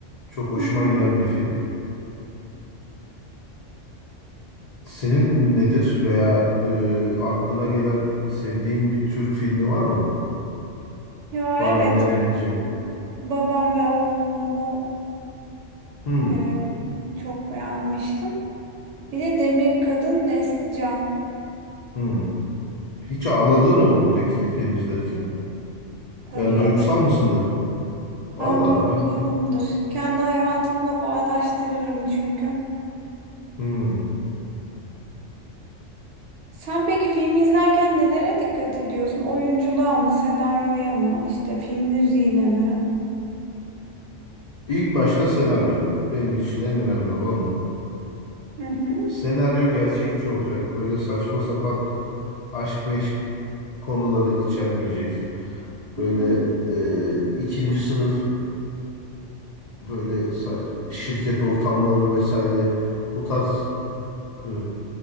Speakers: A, on the left; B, on the right.
A: Çok hoşuma
B: Hı hı.
A: giden bir film. Senin nedir veya e, aklına gelen sevdiğin bir Türk filmi var mı?
B: Ya
A: Bana
B: evet.
A: önerebileceğin.
B: Babam ve oğlumu
A: Hmm,
B: e, çok beğenmiştim. Bir de Demir Kadın Nesli Can.
A: hmm. Hiç ağladığın oldu mu peki film izlerken?
B: Tabii
A: Yani
B: evet.
A: duygusal mısındır? Valla
B: Ben duygusalımdır.
A: ben...
B: Kendi hayatımla bağdaştırırım çünkü.
A: Hmm.
B: Sen peki filmi izlerken nelere dikkat ediyorsun? Oyunculuğa mı, senaryoya mı, işte film müziğine mi?
A: İlk başta senaryo. Benim için en önemli olan o.
B: Hı hı,
A: Senaryo gerçekçi olacak. Böyle saçma sapan aşk meşk konuları içermeyecek.
B: hı
A: Böyle
B: hı,
A: e, ikinci sınıf böyle sa- şirket ortamları vesaire bu tarz e,